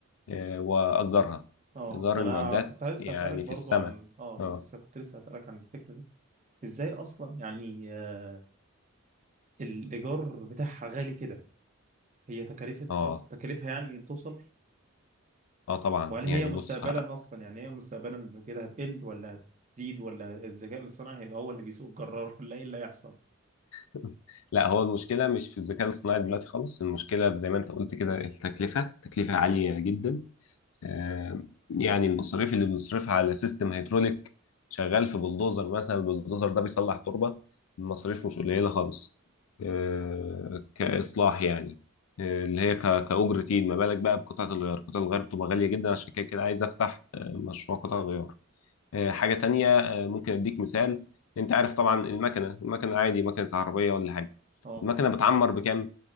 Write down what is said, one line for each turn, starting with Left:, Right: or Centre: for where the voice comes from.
Left: آه، واجرها
Right: اه
Left: ايجار
Right: انا
Left: المعدات
Right: كنت لسه
Left: يعني
Right: هسالك برضو
Left: في السماء
Right: عن اه
Left: اه
Right: لسه كنت لسه هسالك عن الفكره دي ازاي اصلا يعني آه الايجار بتاعها غالي كده هي تكلفه
Left: اه
Right: اصلا تكلفها يعني بتوصل
Left: اه طبعا
Right: وهل
Left: يعني
Right: هي مستقبلا
Left: بص ه-
Right: اصلا يعني هي مستقبلا كده هتقل ولا هتزيد ولا الذكاء الاصطناعي هيبقى هو اللي بيسوق الجرار <laughs> ولا ايه اللي هيحصل
Left: <laughs> لا هو المشكله مش في الذكاء الصناعي دلوقتي خالص المشكله زي ما انت قلت كده التكلفه تكلفه عاليه جدا آه، يعني المصاريف اللي بنصرفها على سيستم هيدروليك شغال في بلدوزر مثلا البلدوزر ده بيصلح تربة المصاريف مش قليلة خالص آه، كإصلاح يعني آه، اللي هي ك- كأجرة إيد ما بالك بقى بقطعة الغيار قطعة الغيار بتبقى غالية جدا عشان كده كده عايز أفتح آه، مشروع قطع غيار آه، حاجة تانية آه، ممكن أديك مثال أنت عارف طبعا المكنة المكنة عادي مكنة عربية ولا حاجة
Right: اه
Left: المكنة بتعمر بكام؟